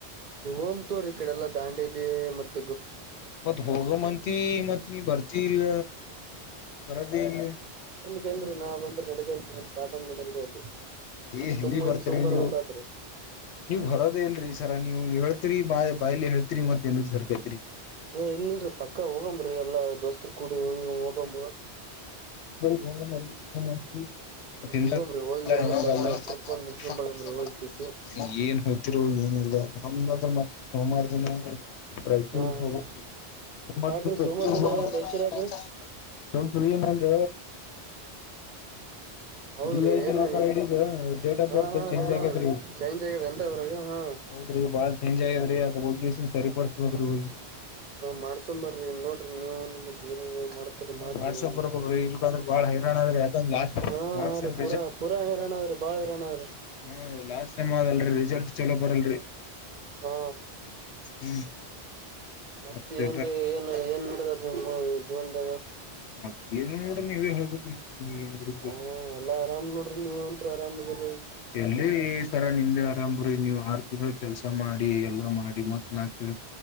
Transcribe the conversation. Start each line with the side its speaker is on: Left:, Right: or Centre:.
Right: ಓಮ ತೋ್ರಿ ಈ ಕಡೆಲ್ಲ ದಾಂಡೇಲಿ ಮತ್ತ
Left: ಮತ್ ಹೋಗ ಮಂತಿ ಮತ್ ನೀ ಬರ್ತಿ ಇಲ್ಲ ಬರದ ಇಲ್ಲ
Right: ಹಂಗ್ರೀ ನಾ್ಂದ್ರ ನದೇಲ್ ಕಾಟನ್ ನಡಲ್ರಿ ಅಲ್ಲಿ
Left: ಏ
Right: ಸುಮ್ಮ್ಿಂದ
Left: ಎಲ್ಲಿ ಬರ್ತೀರಿ
Right: ಸುಮ್ರ್ಬೇಕತ್ರಿ
Left: ನೀವು ನೀವ್ ಬರೋದೇ ಇಲ್ರಿ ಸರ ನೀವ್ ಹೇಳ್ತರಿ ಮಾ ಬಾಯಿಲಿ ಹೇಳ್ತಿರಿ ಮತ್ ಎಂದ ಸರ್ಕೈತ್ರಿ
Right: ಏ ಇಲ್ರರಿ ಪಕ್ಕ ಹೋಗಂಬ್ರಿ ಎಲ್ಲಾ ದೋಸ್ತರು ಕೂಡಿ ಹೋಗಿ ಹೋಗಮ್ಮ
Left: <unintelligible> ಮಂದಿ
Right: ಹೋಗಂಬ್ರಿ
Left: ಸ
Right: ಹೋಗಿ
Left: <unintelligible>
Right: ಎಲ್ಲಾ ಚಂದ ಟ್ರಿಪ್ ಒಂದ್ ಮುಗಸಕೊಂಡ್ ಬರಮ್ರಿ ಹೋಗಿ ಕಿಸಿ
Left: ಏನ್ ಹೇಳ್ತಿರು ಏನ್ಿಲ್ಲ ನಮ್ಂದ್ರ ಮತ್ತೆ ಸೋಮಾರ ದಿನ ರೈಚೂರ
Right: ಹಾ
Left: ಹೋಗಮ್ <unintelligible>
Right: ಯಾಕ್ರಿ ಸೋಮವಾರ ದಿನ ಏನ್ ರಾಯಚೂರ್ ಯಾಕ್ರಿ
Left: ಸ್ವಲ್ಪೀ ನಂಗ
Right: ಹೌದ್ರಿ
Left: ಡಿ ಐ ಸಿ
Right: ಏನ್
Left: ಲಾಕರ್ ಐಡಿ ಡೇಟ್ ಆಫ್
Right: ಹಾ
Left: ಬರ್ತ್
Right: ಹಾ
Left: ಚೇಂಜ್
Right: ರೀ ಹಾ
Left: ಆಗ್ಯತ್ೀ
Right: ಚೇಂಜ್ ಆಗ್ಯದೇನ್ರಿ ಅದ್ರಾಗ ಹಾ
Left: ಹೌದ್ರಿ ಬಾಳ ಚೇಂಜ್ ಆಗ್ಯದ್ರಿ ಅ ಹೋಗಿನ್ ಸರಿಪಡ್ಸ್ಬೋದ್ರಿ ಹೋಗಿ
Right: ಹ ಮಾಡ್ಸೊಂಬರ್ರಿ ನೋಡ್ರಿ ನೀವತ್ ಏ ಮಾಡ್ತರಿ ಮಾಡ್ರಿ
Left: ಮಾಡ್ಸಕ್
Right: ಏ
Left: ಬರ್ಬೇಕ್ರಿ ಇಲ್ಕಂದ್ರ ಬಾಳ ಹೈರಾಣ ಅದ್ರಿ ಯಾಕಂದ್ರ ಲಾಸ್ಟ್
Right: ಹಾ ಹಾ
Left: ಲಾಸ್ಟ್ ಸೆಮ್
Right: ರೀ ಪೂರಾ ಪೂರಾ ಹೈರಾಣ ್ರೆ ಬಾಳ ಇರೋನಾದ್ರೆ
Left: ಹ್ಮ ಲಾಸ್ಟ್ ೈಮ್ ಆದಲ್ರಿ ರಿಸಲ್ಟ್ ಚಲೋ ಬರಲ್ರಿ
Right: ಹಾ
Left: ಹ್ಮ್
Right: ಮತ್ತ
Left: ಮತ್ತೆ
Right: ಏನ್ೀ ಏನ್ ಏನ್ ನೋಡದವ ನಿಮ ಜೀವನ್ದಾಗ
Left: ಮತ್ತ ಏನು ನೋಡ್ರಿ ನೀವೇ ಹೇಳ್ಬೇಕ್ರಿ
Right: ಹ ಎಾ ಆರಾಮ್ ನೋಡ್ರಿ ನೀವ್ ಅಂತ್ ಆರಾಮಾಗಿರರಿ
Left: ಎಲ್ಲಿ ಸರ ನಿಮ್ದೆ ಆರಾಮ್ರಿ ನೀವ್ ಆರ್ ತಿಗಳು ಕೆಲ್ಸ ಮಾಡಿ ಎಲ್ಲಾ ಮಾಡಿ ಮತ್ ನಾ ಕ